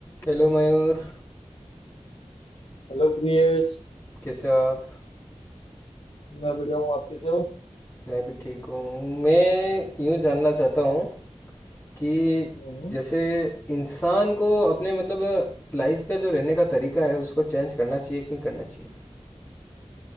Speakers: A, on the left (about 20°); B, on the left (about 60°).
A: Hello Mayur
B: हेलो प्रियेश
A: कैसे हो आप
B: मैं बढ़िया हूँ आप कैसे हो
A: मैं भी ठीक हूँ मैं यूँ जानना चाहता हूँ कि
B: हम्म
A: जैसे इंसान को अपने मतलब लाइफ का जो रहने का तरीका है उसको चेंज करना चाहिए कि नहीं करना चाहिए